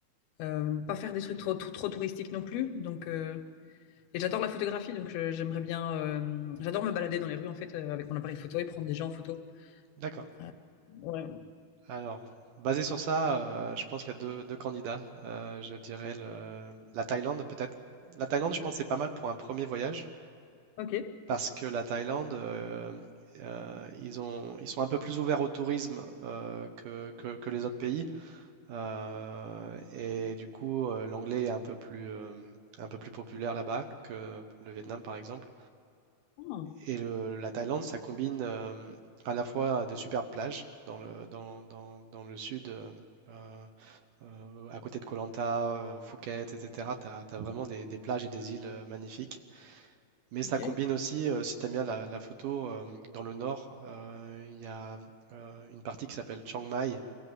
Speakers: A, on the left; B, on the right.
A: Euh, pas faire des trucs trop, trop, trop touristiques non plus. Donc, euh, et j'adore la photographie, donc je- j'aimerais bien. euh, j'adore me balader dans les rues en fait euh, avec mon appareil photo et prendre des gens en photo.
B: D'accord.
A: Euh, ouais.
B: Alors, basé sur ça, euh, je pense qu'il y a deux, deux candidats. Euh, je dirais le- la Thaïlande, peut-être. La Thaïlande, je pense, c'est pas mal pour un premier voyage
A: Ok.
B: parce que la Thaïlande, euh, euh, ils ont, ils sont un peu plus ouverts au tourisme euh, que, que- que les autres pays. Euh, et du coup, euh, l'anglais est un peu plus, euh, un peu plus populaire là-bas que le Vietnam, par exemple.
A: Ah,
B: Et le- la Thaïlande, ça combine euh, à la fois de superbes plages dans le, dans, dans- dans le sud, euh, euh, euh, à côté de Koh Lanta, euh, Phuket, etc. Tu as, vraiment des, des plages et des îles euh, magnifiques. Mais ça
A: ok.
B: combine aussi, euh, si tu aimes bien la, la photo, euh, dans le nord, euh, il y a euh, une partie qui s'appelle Chiang Mai